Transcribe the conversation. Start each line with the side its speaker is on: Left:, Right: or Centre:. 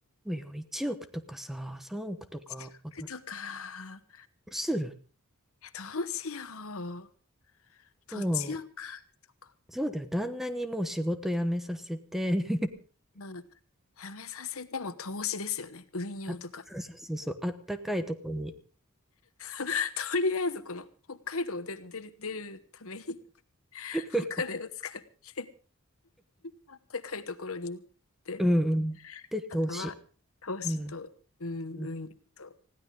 Centre: そうよ、1億とかさ、3億とか、
Left: 資格とか、
Centre: わかどうする
Left: えどうしよう。土地を買う
Centre: もう、
Left: とか。
Centre: そうだよ、旦那にもう仕事辞めさせて、
Left: まあ、やめさせても投資ですよね。運用とか。
Centre: あ、そうそうそうそう、あったかいとこに。
Left: <laughs> とりあえずこの北海道を出る、出る出るために <laughs>
Centre: <laughs>
Left: お金を使って、あったかいところに行って、
Centre: うんうん。で、投資。
Left: あとは投資と、
Centre: うん。
Left: うん、
Centre: うん
Left: 運用と、